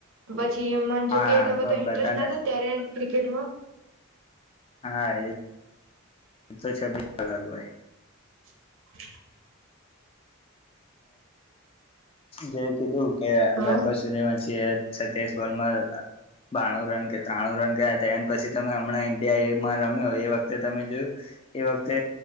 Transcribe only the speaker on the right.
પછી એ મન
જો કે એટલો બધો
ઇન્ટરેસ્ટ ના ત્યારે ક્રિકેટમાં
<inaudible> <unintelligible>
હા